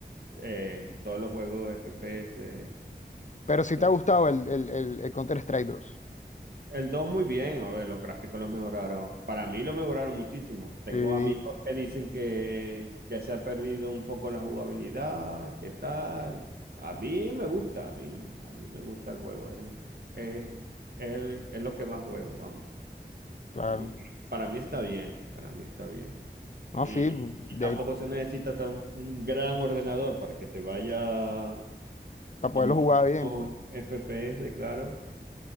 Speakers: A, on the right (about 60°); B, on the left (about 45°).
A: eh, todos los juegos FPS eh,
B: Pero si
A: son.
B: te ha gustado el, el, el, el Counter-Strike dos.
A: El 2 muy bien, a ver, los gráficos lo mejoraron. Para mí lo mejoraron muchísimo. Tengo
B: Sí,
A: amigos que dicen que, que se ha perdido un poco la jugabilidad, qué tal. A mí me gusta, a mí, a mí me gusta el juego. eh. Eh, Es, el- es lo que más juego, vamos.
B: claro.
A: A mí, para mí está bien, para mí está bien.
B: No,
A: Y,
B: sí,
A: y
B: de
A: tampoco se necesita tan, un gran ordenador para que te vaya a
B: para poderlo
A: muchísimos
B: jugar bien, pues.
A: FPS, claro.